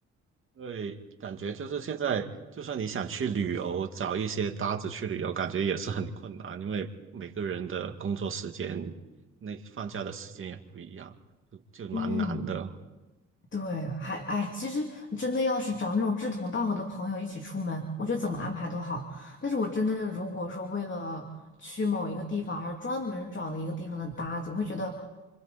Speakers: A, on the right; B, on the left.
A: 对，感觉就是现在，就算你想去旅游，找一些搭子去旅游，感觉也是很困难，因为每个人的工作时间、那放假的时间也不一样，就就蛮难的。
B: 嗯，对，还哎，其实真的要是找那种志同道合的朋友一起出门，我觉得怎么安排都好。但是我真的如果说为了去某一个地方而专门找了一个地方的搭子，我会觉得，